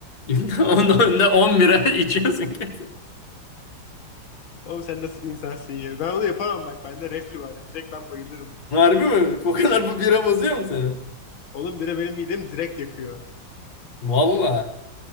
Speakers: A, on the left; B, on the left.
A: <laughs> Onun önünde 10 bira <laughs> içiyorsun kesin.
B: Oğlum sen nasıl bir insansın ya? Ben onu yapamam bak. Bende reflü var. Direkt ben bayılırım.
A: Harbi mi? O kadar bu bira bozuyor mu seni?
B: Oğlum bira benim midemi direkt yakıyor.
A: Valla.